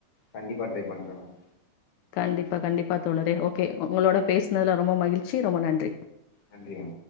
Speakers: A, on the left (about 50°); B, on the left (about 80°).
A: கண்டிப்பா ட்ரை பண்ணறேன் மேம்
B: கண்டிப்பா கண்டிப்பா தோழரே ஓகே ஒங்களோட பேசுனதுல ரொம்ப மகிழ்ச்சி ரொம்ப நன்றி
A: நன்றிங்க